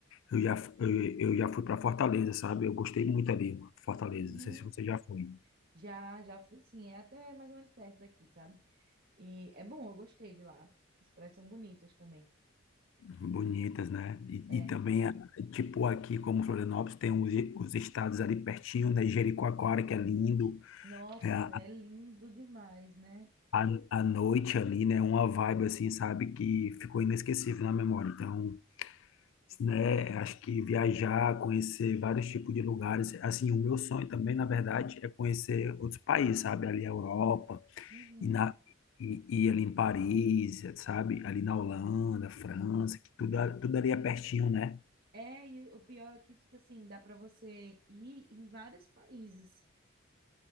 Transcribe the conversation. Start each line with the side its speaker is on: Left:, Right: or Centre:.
Left: eu já, f- eu, eu já fui para Fortaleza, sabe? Eu gostei muito ali, Fortaleza.
Right: uhum.
Left: Não sei se você já foi.
Right: Já, já fui, sim, é até mais ou menos perto daqui, sabe? E é bom, eu gostei de lá. As praias são bonitas também.
Left: Bonitas, né? E,
Right: É.
Left: e também, a- tipo, aqui como Florianópolis, tem os, os estados ali pertinho, né? Jericoacoara, que é lindo.
Right: Nossa,
Left: É, a,
Right: é lindo demais, né?
Left: a a noite ali, né? Uma vibe assim, sabe? Que ficou inesquecível na memória. Então, né? Acho que viajar, conhecer vários tipos de lugares. Assim, o meu sonho também, na verdade, é conhecer outros países, sabe? Ali a Europa
Right: Uhum.
Left: e na e, e ali em Paris, sabe? Ali na Holanda, França, que tudo, a- tudo ali é pertinho, né?
Right: É, e o pior é que, tipo assim, dá pra você ir em vários países.